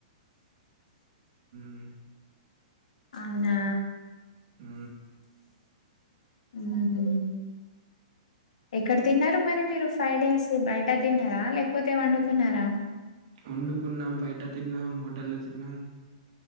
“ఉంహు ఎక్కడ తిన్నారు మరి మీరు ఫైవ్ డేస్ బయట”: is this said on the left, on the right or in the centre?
Left